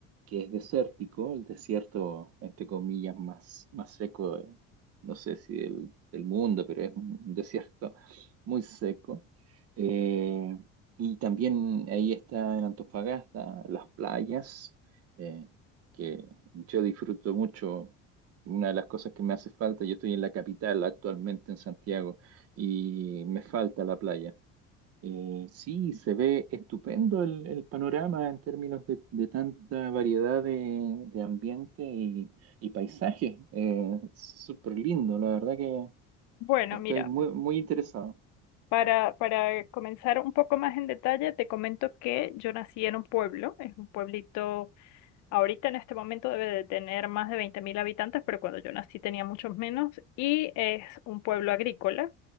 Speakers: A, on the right (about 50°); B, on the left (about 70°).
A: que es desértico, el desierto, entre comillas, más, más seco, eh, no sé si del, del mundo, pero es un desierto muy seco. Eh, y también ahí está en Antofagasta, las playas, eh, que yo disfruto mucho. Una de las cosas que me hace falta, yo estoy en la capital actualmente en Santiago y me falta la playa. Eh, sí, se ve estupendo el, el panorama en términos de, de tanta variedad de, de ambiente y, y paisaje. Eh, súper lindo, la verdad que
B: Bueno,
A: estoy
B: mira,
A: muy, muy interesado.
B: para, para comenzar un poco más en detalle, te comento que yo nací en un pueblo, es un pueblito Ahorita en este momento debe de tener más de 20.000 habitantes, pero cuando yo nací tenía muchos menos. Y es un pueblo agrícola.